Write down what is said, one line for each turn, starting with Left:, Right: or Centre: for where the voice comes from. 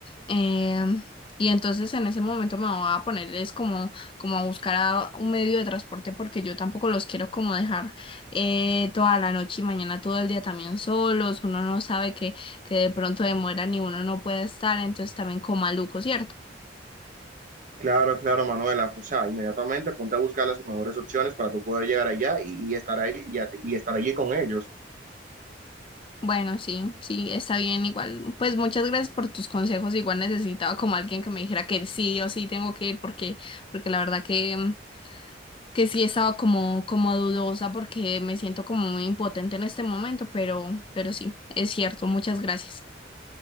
Left: Em, y entonces en ese momento me voy a ponerles como, como a buscar a un medio de transporte porque yo tampoco los quiero como dejar eh, toda la noche y mañana todo el día también solos. Uno no sabe que, que de pronto demoran y uno no puede estar, entonces también como maluco, ¿cierto?
Right: Claro, claro, Manuela. O sea, inmediatamente ponte a buscar las mejores opciones para tú poder llegar allá y, y estar ahí y, y estar allí con ellos.
Left: Bueno, sí, sí, está bien, igual. Pues muchas gracias por tus consejos. Igual necesitaba como alguien que me dijera que sí o sí tengo que ir porque, porque la verdad que que sí estaba como, como dudosa porque me siento como muy impotente en este momento, pero, pero sí, es cierto, muchas gracias.